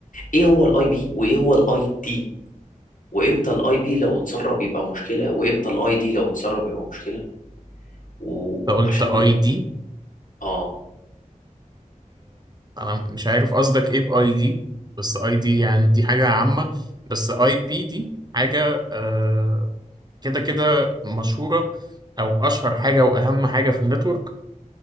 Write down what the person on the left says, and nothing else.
ايه هو الاي بي وايه هو الاي تي وامتى الاي بي لو اتسرب يبقى مشكلة وامتى الاي دي لو اتسرب يبقى مشكلة وعشان
ب...
اه